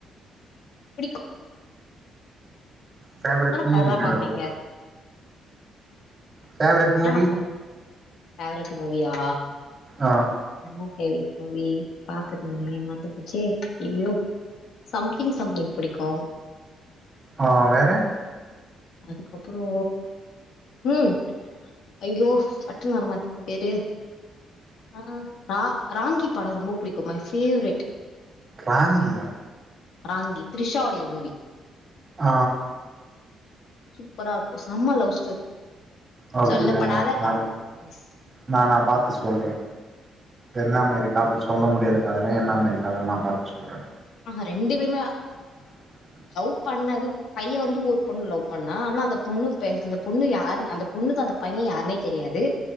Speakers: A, on the left (about 75°); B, on the right (about 25°).
A: புடிக்கு
B: பேவரட் மூவி
A: படம்லாம்
B: என்னதுப்போ
A: பாப்பீங்க
B: ஃபேவரட் மூவி
A: என்னென்ன படம் ஃபேவரட் மூவியா
B: ஆ
A: என்ன ஃபேவரட் மூவீ பாக்கதுங்க மருந்து போச்சே ஐயோ சம்திங் சம்திங் புடிக்கு
B: ஆ வேற
A: அதுக்கப்புறோ ம் ஐயோ பட்டுன்னு வரமாட்டுங்து அ பேரு ஆ ரா ராங்கி பட ரொம்ப புடிக்கு மை ஃபேவரெட்
B: ராங்கியா
A: ராங்கி த்ரிஷாவுடைய மூவி
B: ஆ
A: சூப்பரா இருக்கு செம்ம லவ் ஸ்டோரி
B: அப்படியா
A: சொல்லப்படாத
B: நா நா
A: காதல் எஸ்
B: நா நா பாத் து சொல்றே என்ன மாரி காதல் சொல்ல முடியாத காதலா என்ன மாரி காதல் நா பாத்து சொல்றே
A: ஆ ரெண்டு பேருமே
B: <inaudible>
A: லவ் பண்ணது பைய வந்து ஒரு பொண்ணு லவ் பண்ண ஆனா அந்த பொண்ணு பேச அந்த பொண்ணு யாரு அந்த பொண்ணுக்கு அந்த பைய யாருனே தெரியாது